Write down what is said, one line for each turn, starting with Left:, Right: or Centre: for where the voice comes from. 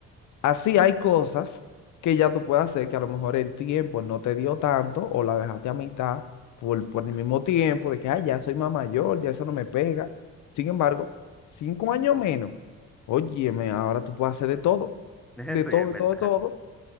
Left: Así hay cosas que ya tú puedes hacer que a lo mejor el tiempo no te dio tanto o la dejaste a mitad por, por el mismo tiempo de que, ay, ya soy más mayor, ya eso no me pega. Sin embargo, cinco años menos, óyeme, ahora tú puedes hacer de todo,
Centre: <laughs> Eso
Left: de todo,
Centre: es en
Left: de
Centre: verdad.
Left: todo, de todo.